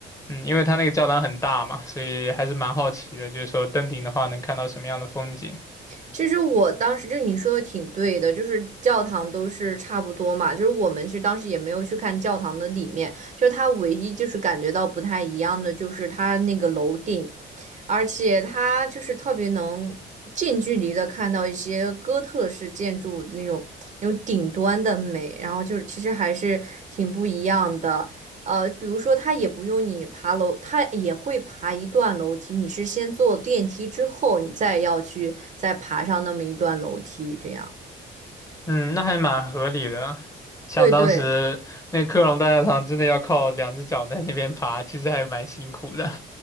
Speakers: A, on the left; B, on the right.
A: 嗯，因为它那个教堂很大嘛，所以还是蛮好奇的，就是说登顶的话能看到什么样的风景。
B: 其实我当时就你说的挺对的，就是教堂都是差不多嘛，就是我们其实当时也没有去看教堂的里面，就是它唯一就是感觉到不太一样的，就是它那个楼顶，而且它就是特别能近距离的看到一些哥特式建筑那种那种顶端的美，然后就是其实还是挺不一样的。呃，比如说它也不用你爬楼，它也会爬一段楼梯，你是先坐电梯之后，你再要去再爬上那么一段楼梯，这样。
A: 嗯，那还蛮合理的。像当时那个科隆大教堂，
B: 对对。
A: 真的要靠两只脚在那边爬，其实还蛮辛苦的。